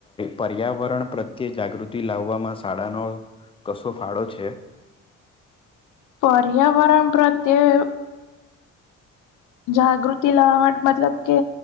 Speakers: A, on the left; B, on the left.
A: પર્યાવરણ પ્રત્યે જાગૃતિ લાવવામાં શાળાનો કશો ફાળો છે.
B: પર્યાવરણ પ્રત્યે જાગૃતિ લાવા મતલબ કે